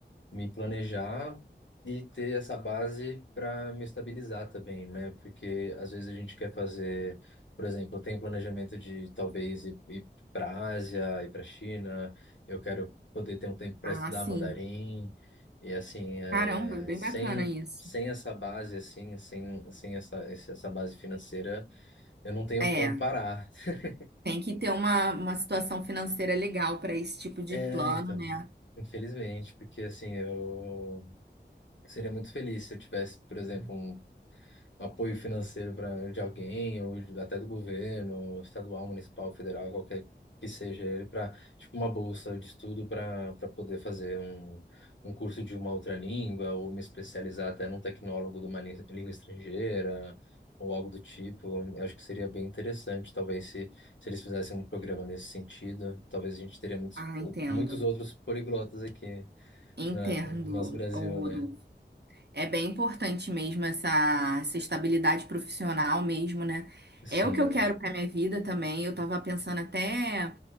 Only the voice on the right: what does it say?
Ah,
sim.
Caramba, bem
bacana isso.
É,
tem que ter uma, uma situação financeira legal para esse tipo de
plano,
né?
Ah, entendo.
Entendo,
ô Rodolfo.
É bem importante mesmo essa, essa estabilidade profissional mesmo, né?
É o que eu quero para minha vida também. Eu tava pensando até,